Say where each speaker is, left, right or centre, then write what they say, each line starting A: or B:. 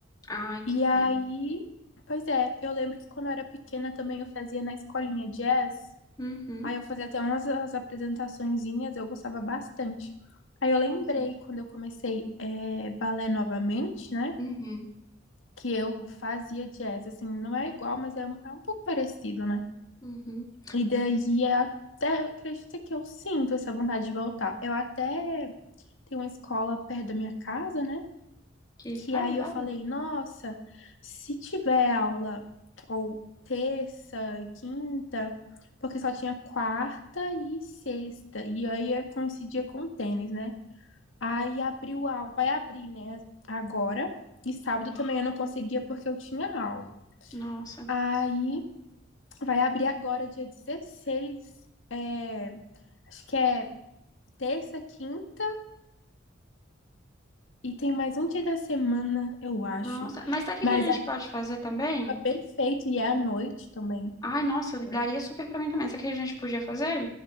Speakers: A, on the left; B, on the left.
A: Ai, que
B: E aí,
A: pena.
B: pois é, eu lembro que quando eu era pequena também eu fazia na escolinha jazz.
A: Uhum.
B: Aí eu fazia até umas as apresentaçõezinhas, eu gostava bastante. Aí eu lembrei
A: Nossa.
B: quando eu comecei eh, balé novamente, né?
A: Uhum.
B: Que eu fazia jazz, assim, não é igual, mas é, um- é um pouco parecido, né?
A: Uhum.
B: E daí é até, acredita que eu sinto essa vontade de voltar. Eu até tenho uma escola perto da minha casa, né?
A: Que
B: Que
A: faz
B: aí eu
A: aula?
B: falei, nossa, se tiver aula ou terça e quinta, porque só tinha quarta e sexta, e aí eu coincidia com o tênis, né? Aí abriu aula, vai abrir, né, agora, e sábado também eu não conseguia porque eu tinha aula.
A: Nossa.
B: Aí vai abrir agora, dia dezesseis é, Acho que é terça, quinta e tem mais um dia da semana, eu acho.
A: Nossa, mas sabe o que
B: Mas
A: que a gente
B: é
A: pode fazer também?
B: perfeito e é à noite também.
A: Ai, nossa, daria super pra mim também. Sabe o que a gente podia fazer?